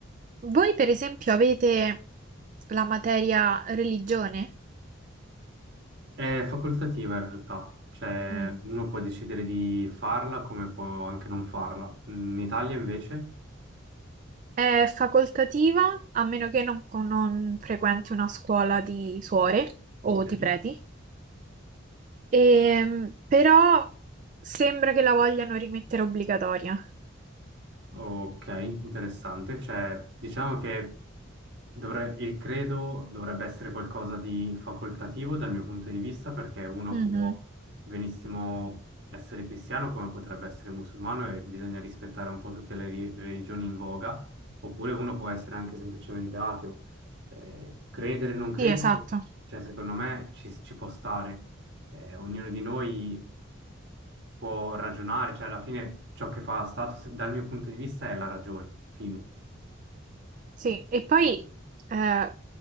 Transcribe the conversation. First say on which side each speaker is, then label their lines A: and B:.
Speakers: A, on the right; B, on the right.
A: voi per esempio avete la materia religione?
B: È facoltativa in realtà, cioè
A: Mm.
B: uno può decidere di farla come può anche non farla. In Italia invece,
A: È facoltativa a meno che non, non frequenti una scuola di suore o
B: ok.
A: di preti, Ehm, però sembra che la vogliano rimettere obbligatoria.
B: Ok, interessante. Cioè, diciamo che dovre- il credo dovrebbe essere qualcosa di facoltativo dal mio punto di vista, perché uno
A: Mhm.
B: può benissimo essere cristiano come potrebbe essere musulmano e bisogna rispettare un po' tutte le ri- religioni in voga, oppure uno può essere anche semplicemente ateo. Eh, credere o non credere,
A: Sì, esatto.
B: cioè, secondo me ci, ci può stare. Eh, ognuno di noi può ragionare, cioè alla fine ciò che fa Status dal mio punto di vista è la ragione, fine.
A: Sì,
B: Eh,
A: e poi eh,